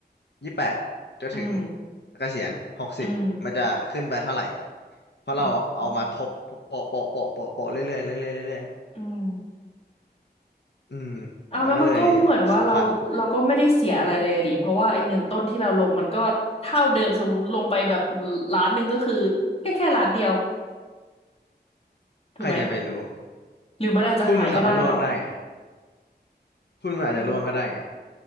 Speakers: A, on the left; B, on the left.
A: ยี่สิบแปดจนถึง
B: อืม
A: เกษียณหกสิบมันจะขึ้นไปเท่าไหร่
B: อืม
A: เพราะเราเอามาทบโปะโปะโปะโปะโปะเรื่อยเรื่อยเรื่อยเรื่อยเรื่อย
B: อืมอืม
A: ๆอืม
B: เอางั้นมันก็เหมือนว่าเราเราก็ไม่ได้เสียอะไรเลยอะดิเพราะว่าไอ้เงินต้นที่เราลงมันก็เท่าเดิมสมมติลงไปแบบ
A: มันก็เลยสำคัญ
B: ล้านหนึ่งก็คือแค่แค่ล้านเดียวถูกไหม
A: ใครจะไปรู้
B: หรือมันอาจจะหายก็ได้เหรอ
A: หุ้นมันสามารถล่วงได้ไง หุ้นมันอาจจะร่วงก็ได้ไง
B: อืม